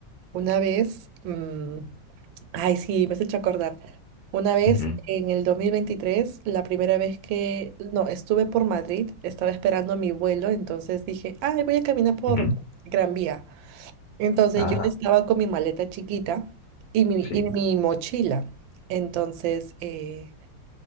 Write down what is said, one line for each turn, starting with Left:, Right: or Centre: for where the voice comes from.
Right: una vez, mm, ay, sí, me has hecho acordar, una vez
Left: Ujú,
Right: en el 2023, la primera vez que, no, estuve por Madrid, estaba esperando mi vuelo, entonces dije, ay, voy a caminar por
Left: ujú.
Right: Gran Vía. Entonces
Left: Ah,
Right: yo estaba con mi maleta chiquita y mi,
Left: sí.
Right: y mi mochila. Entonces, eh,